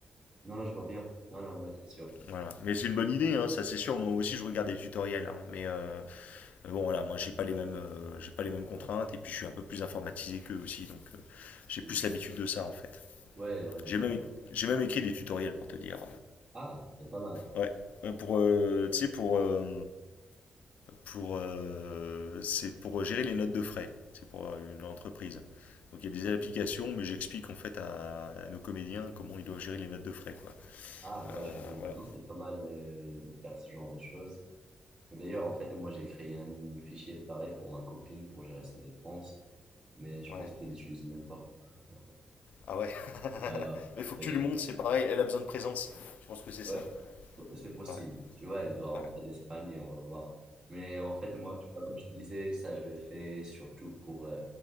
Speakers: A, on the right; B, on the left.
A: Non, non, je vois bien. Non, non, ouais, c'est sûr.
B: Voilà. Mais c'est une bonne idée, hein, ça c'est sûr. Moi aussi, je regarde des tutoriels, hein, mais euh, Mais bon, voilà, moi, j'ai pas les mêmes, euh, j'ai pas les mêmes contraintes et puis je suis un peu plus informatisé qu'eux aussi, donc euh, j'ai
A: Mm.
B: plus l'habitude de ça en fait.
A: Ouais, ouais,
B: J'ai
A: je vois.
B: même, j'ai même écrit des tutoriels pour te dire.
A: Ah, c'est pas mal.
B: euh, ouais. Euh, Pour, euh, tu sais, pour, euh, pour, euh, c'est pour gérer les notes de frais. C'est pour euh, une entreprise. Donc il y a des applications, mais j'explique en fait à, à nos comédiens comment ils doivent gérer les notes de frais, quoi.
A: Ah, ouais, je
B: Euh,
A: vois bien.
B: voilà.
A: Non, c'est pas mal euh, de faire ce genre de choses. D'ailleurs, en fait, moi, j'ai créé un fichier pareil pour ma copine pour gérer ses dépenses, mais je
B: Ouais.
A: pense qu'elle l'utilise même pas. <laughs>
B: Ah ouais. <laughs>
A: Là, là.
B: Mais faut que
A: Et
B: tu
A: je-
B: lui montres, c'est pareil. Elle a besoin de présence. Je pense que c'est
A: Ouais,
B: ça.
A: ouais, c'est possible.
B: Ouais.
A: Tu vois, elle doit rentrer
B: Ouais.
A: d'Espagne et on va voir. Mais en fait, moi, tu vois, comme je te disais, ça, je le fais surtout pour euh,